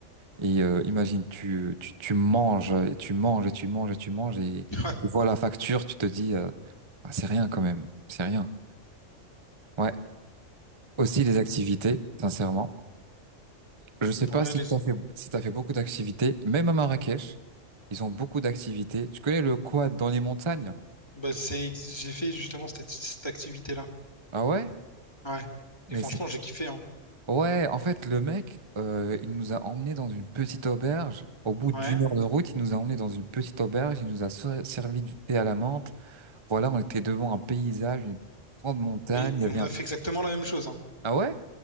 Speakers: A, on the right (about 25°); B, on the left (about 20°).
A: Et euh, imagine, tu, tu, tu manges, et tu manges, et tu manges, et tu manges, et
B: Ouais.
A: tu vois la facture, tu te dis, euh, ah, c'est rien quand même, c'est rien. Ouais. Aussi les activités, sincèrement. Je sais pas
B: Ouais,
A: si
B: les...
A: t'as fait, si t'as fait beaucoup d'activités. Même à Marrakech, ils ont beaucoup d'activités. Tu connais le quad dans les montagnes?
B: bah, c'est... ex- j'ai fait justement cette, cette activité-là.
A: Ah ouais?
B: Ouais.
A: Mais
B: Et franchement,
A: c'est-
B: j'ai kiffé, hein.
A: ouais, en fait, le mec, euh, il nous a emmenés dans une petite auberge. Au bout d'une
B: Ouais.
A: heure de route, il nous a emmenés dans une petite auberge. Il nous a ser- servi du thé à la menthe. Voilà, on était devant un paysage, une grande montagne.
B: Et,
A: Il
B: et
A: y avait
B: on
A: un...
B: a fait exactement la même chose, hein.
A: Ah ouais?